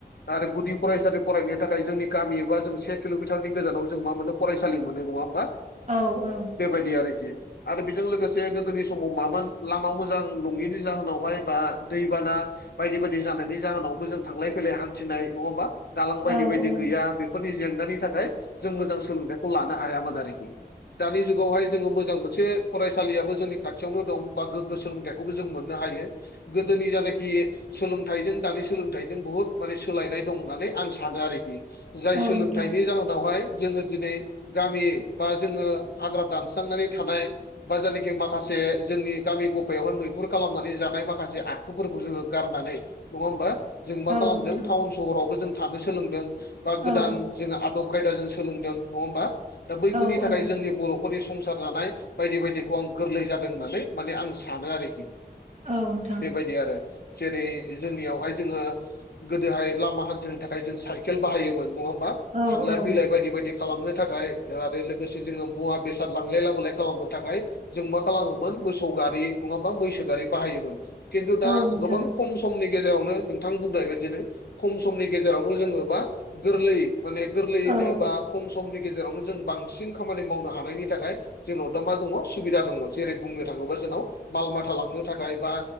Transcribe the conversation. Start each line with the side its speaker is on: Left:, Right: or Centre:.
Left: आरो गुदि फरायसालि फरायनायनि थाखाय जोंनि गामि एबा जों से किल'मिटारनि गोजानाव जों मा मोनो फरायसालि मोनो नङा होमबा?
Right: औ औ
Left: बेबायदि आरोखि। आरो बेजों लोगोसे गोदोनि समाव मामोन लामा मोजां नङिनि जाहोनावहाय बा दैबाना बायदि बायदि जानायनि जाहोनावबो जों थांलाय फैलाय हान्थिनाय नङा होमबा दालां बायदि
Right: औ
Left: बायदि
Right: औ
Left: गैया बे फोरनि जेंनानि थाखाय जों मोजां सोलोंथाइखौ लानो हायामोन आरोखि दानि जुगावहाय जोङो मोजां मोन से फरायसालियाबो जोंनि खाथियावनो दं बा गोग्गो सोलोंथाइखौबो जों मोननो हायो। गोदोनि जानाखि सोलोंथाइजों दानि सोलोंथाइजों बुहुत माने सोलायनाय दं होननानै आं सानो आरोखि। जाय
Right: औ नोंथां
Left: सोलोंथाइनि जाहोनावहाय जोङो दिनै गामि बा जोङो हाग्रा दानस्रांनानै थानाय बा जायनाखि माखासे जोंनि गामि गफायावहाय मैखुर खालामनानै जानाय माखासे आखुफोरखौ जोङो गारनानै नङा होमबा जों मा
Right: औ
Left: खालामदों
Right: नोंथां
Left: टाउन सहरावबो जों थानो सोलोंदों। बा
Right: औ
Left: गोदान जोङो आदब खायदा जों सोलोंदों नङा होमबा? दा बैफोरनि
Right: औ
Left: थाखाय
Right: औ
Left: जोंनि बर' फोरनि संसार जानाय बायदि बायदिखौ आं गोरलै जादों होननानै माने आं सानो आरोखि।
Right: औ नोंथां
Left: बेबायदि आरो जेरै जोंनियावहाय जोङो गोदोहाय लामा हान्थिनो थाखाय जों साइकेल बाहायोमोन नङा होमबा
Right: औ
Left: थांलाय
Right: औ
Left: फैलाय बायदि बायदि खालामनो थाखाय ओ आरो लोगोसे जोङो मुवा बेसाद लांलाय लाबोलाय खालामनो थाखाय जों मा खालामोमोन मोसौ गारि नङाबा मैसो गारि बाहायोमोन। खिन्थु दा
Right: औ नोंथां
Left: गोबां खम समनि गेजेरावनो नोंथां बुंनाय बादिनो खम समनि गेजेरावनो जोङो बा गोरलै माने गोरलैयैनो
Right: औ
Left: बा खम समनि गेजेरावनो जों बांसिन खामानि मावनो हानायनि थाखाय जोंनाव दा मा दङ सुबिदा दङ जेरै बुंनो थाङोबा जोंनाव माल माथा लांनो थाखाय बा